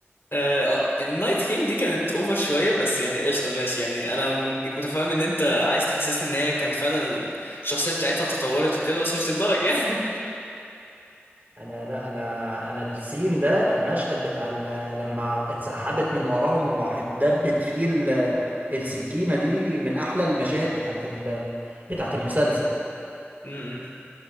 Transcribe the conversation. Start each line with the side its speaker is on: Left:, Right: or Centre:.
Left: آه آه، النايت كينج دي كانت اوفر شوية بس يعني قشطة ماشي يعني انا مت- متفاهم ان انت عايز تحسسني ان هي كانت فعلا الشخصية بتاعتها تطورت وكده بس مش للدرجة يعني
Right: انا لا انا انا السين ده المشهد بتاع ال- لما اتسحبت من وراهم واحد دبت فيه ال- السكينة دي من احلى المشاهد بتاعت ال- بتاعت المسلسل
Left: <laughs>